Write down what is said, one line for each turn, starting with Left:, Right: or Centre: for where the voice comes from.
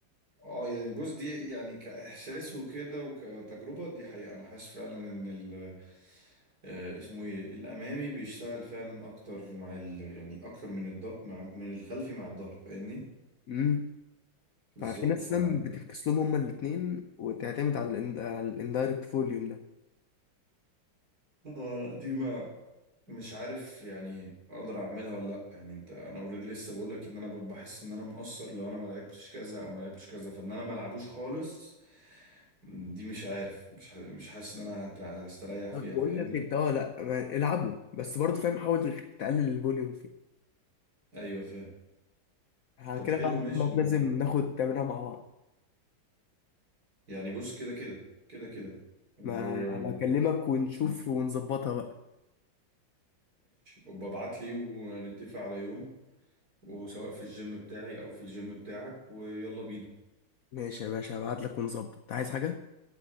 Right: اه يعني بص دي يعني كإحساس وكده وكتجربة دي حقيقة أنا حاسس فعلا إن ال آه، اسمه ايه الأمامي بيشتغل فعلا أكتر مع ال يعني أكتر من الض مع من الخلفي مع الظهر فاهمني
Left: امم
Right: بالظبط
Left: ففي ناس
Right: فاهم
Left: سم بتفكس لهم هما الاثنين وتعتمد على ال على الاندايركت فوليوم ده
Right: اه لا دي مع مش عارف يعني اقدر اعملها ولا لا يعني انت انا اوريدي لسه بقول لك ان انا ب- بحس ان انا مقصر لو انا ما لعبتش كذا او ما لعبتش كذا فان انا ما العبوش خالص دي مش عارف مش ح- مش حاسس ان انا هت- هستريح فيها
Left: بقول
Right: فاهمني
Left: لك انت اه لا ما- العبوا بس برضه فاهم حاول تقلل الفوليوم
Right: ايوه فاهم
Left: ها
Right: طب
Left: كده
Right: حلو
Left: بقى
Right: ماشي
Left: خلاص،
Right: انا
Left: لازم ناخد تمرينها مع بعض
Right: يعني بص كده كده كده كده وماشي
Left: ما ابقى اكلمك ونشوف ونظبطها بقى
Right: وببعت لي ونتفق على يوم وسواء في الجيم بتاعي او في الجيم بتاعك ويلا بينا
Left: ماشي يا باشا هبعت لك ونظبط عايز حاجة